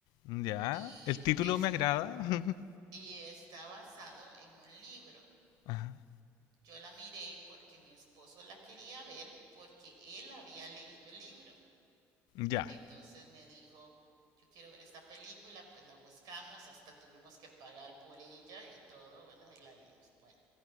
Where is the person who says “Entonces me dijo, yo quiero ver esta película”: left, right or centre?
Right